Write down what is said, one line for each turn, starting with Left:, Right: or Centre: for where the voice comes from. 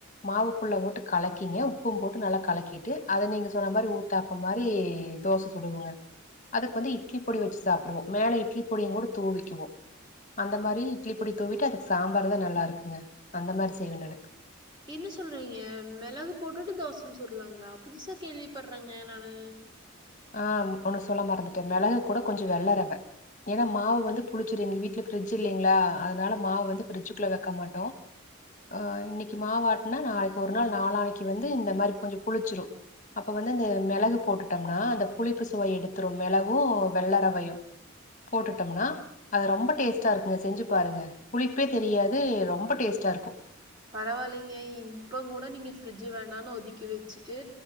Left: மாவுக்குள்ள போட்டு கலக் கிங்க உப்பும் போட்டு நல்லா கலக்கிட்டு அத நீங்க சொன்ன மாரி ஊத்தாப்பம் மாரி தோச சுடுவங்க அதுக்கு வந்து இட்லி பொடி வச்சு சாப்டுவோ மேல இட்லி பொடியு கூட தூவிக்குவோ அந்த மாரி இட்லி பொடி தூவிட்டு அதுக்கு சாம்பார் தா நல்லா இருக்குங்க அந்த மாரி செய்வே நானு
Right: என்ன சொல்றீங்க மெளகு போட்டுட்டு தோசை சுடலாங்களா புதுசா கேள்விப்படுறேங்க நானு
Left: ஆஹ் ஒண்ணு சொல்லமறந்துட்டே மெளகு கூட கொஞ்ச வெள்ளரவ ஏனா மாவு வந்து புளிச்சுரு எங்க வீட்ல ஃப்ரிட்ஜ் இல்லைங்களா அதனால மாவு வந்து ஃப்ரிட்ஜுக்குள்ள வெக்க மாட்டோ ஆ இன்னிக்கி மாவாட்டுன்னா நாளைக்கு ஒரு நாள் நாளானைக்கு வந்து இந்த மாரி கொஞ்சோ புளிச்சிரு அப்ப வந்து அந்த மெளகு போட்டுட்டோம்னான் இந்த புளிப்பு சுவை எடுத்துரு மெளகு வெள்ளரவையு போட்டுட்டோம்னா அது ரொம்ப டேஸ்ட்டா இருக்குங்க செஞ்சு பாருங்க புளிப்பே தெரியாது ரொம்ப டேஸ்ட்டா ருக்கு
Right: பரவாயில்லைங்க இப்பங் கூட நீங்க ஃப்ரிட்ஜு வேண்டான்னு ஒதுக்கி வெச்சுட்டு